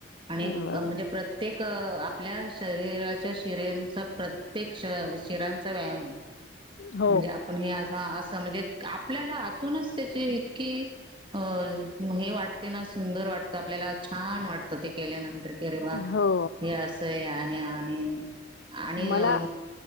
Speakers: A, on the right; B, on the left.
A: आणि
B: बरोबर
A: म्हणजे प्रत्येक आपल्या शरीराच्या शिरंचा प्रत्येक शिरांचा व्यायाम
B: हो.
A: म्हणजे आपण हे असं असं म्हणजे आपल्याला आतूनच त्याची इतकी अ हे वाटते ना सुंदर वाटतं आपल्याला छान वाटतं ते केल्यानंतर केरवा
B: हो
A: हे असं आहे आणि आणि
B: मला
A: अ